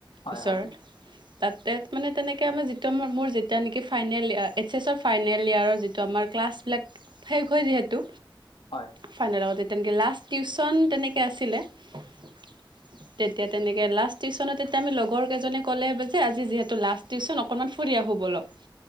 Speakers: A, on the right; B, on the left.
A: ওচৰত
B: হয় হয়
A: <unintelligible> তাতে মানে তেনেকে আমাৰ যিটো মোৰ যেতিয়া নেকি ফাইনেল এইচ এছৰ ফাইনেল ইয়েৰ <unintelligible> ত' আমাৰ ক্লাছবিলাক <unintelligible> শেষ হয় যিহেতু
B: হয়
A: ফাইনেল আগতে তেনেকে লাষ্ট টিউচন তেনেকে আছিলে। <inaudible> <unintelligible> তেতিয়া তেনেকে লাষ্ট টিউচন তেতিয়া আমি লগৰ লগৰকেজনে ক'লে যে আজি যিহেতু লাষ্ট টিউচন অকনমান ফুৰি আহো বলক। <unintelligible>